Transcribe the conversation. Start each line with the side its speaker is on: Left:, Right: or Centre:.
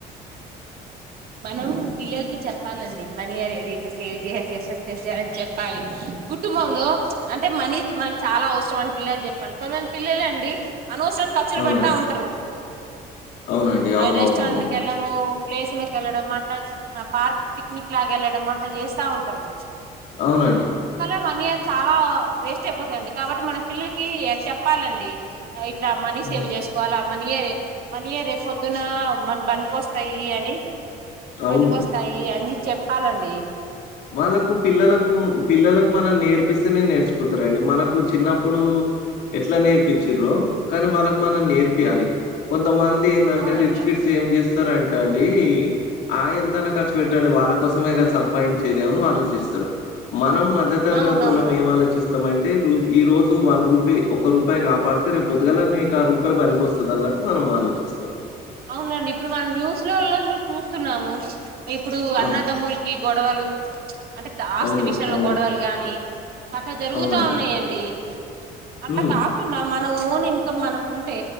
Right: మనం పిల్లలకి చెప్పాలండి మనీ అనేది ఇట్లా సేవ్ చేయా <unintelligible> చెప్పాలి కుటుంబంలో అంటే మనీ మనకి చాలా అవసరం అని పిల్లలు చెప్పాలి కొంతమంది పిల్లలు అండి అనవసరంగ ఖర్చులు
Left: అవునండి
Right: పెడుతా ఉంటారు
Left: అవునండి
Right: అనవసరంగ
Left: అవునవును
Right: రెస్టారెంట్కి
Left: అవును అవును,
Right: వెళ్ళాడము ప్లేసులకేళ్ళడం అట్లా పార్క్ పిక్నిక్ లాగా వెళ్ళడం అట్లా చేస్తా ఉంటారు
Left: అవునండి
Right: మని అనేవి చాలా వేస్ట్ అయిపోతాయండి కాబట్టి మనం పిల్లకి చెప్పాలండి ఇట్లా మని సేవ్
Left: ఉమ్,
Right: చేసుకోవాల మనీయే మనీయే రేప్ పొద్దున మనకు బనికొస్తాయని
Left: అవును
Right: పనికొస్తాయి అని చెప్పాలండి
Left: వాళ్ళకు పిల్లలకు పిల్లలకు మనం నేర్పిస్తేనే నేర్చుకుటరండి మనకు చిన్నప్పుడు ఎట్లా నేర్పించ్రో కానీ వాళ్ళకి మనం నేర్పిియలి కొంతమం దెందంటే
Right: అవునండి
Left: రిచ్
Right: అవును
Left: కిడ్స్ ఏం చేస్ ారంట అండి ఆ ఎంతన్న ఖర్చు పెట్టండి వాళ్ళ కోసమేగ సంపాదించ్ దేమని ఆలోచిస్తారు మనం మధ్య తరగతోళ్ళం
Right: అవునవునండి
Left: ఏం ఆలోచిస్తామం టే రూ ఈ రోజు వన్ రూపాయి ఒక్క రూపాయి కాపాడితే రేపు పొద్దుగాల ఆ రూపాయి పనికోస్తదన్నట్టు మనం మలోచిస్తాం
Right: అవునండి ఇప్పుడు మనం న్యూస్ లో కూడా చూస్తున్నాము ఇప్పుడు అన్నదమ్ములకి
Left: ఆ!
Right: గొడవలు అంటే ఆస్తి
Left: అవును.
Right: విషయంలో
Left: అవును.
Right: గొడవలు గాని అట్లా జరుగుతా
Left: అవునండి.
Right: ఉన్నాయండి అట్లా
Left: హ్మ్.
Right: కాకుండా మన్ మన ఓన్ ఇన్కమ్ మనకు ఉంటే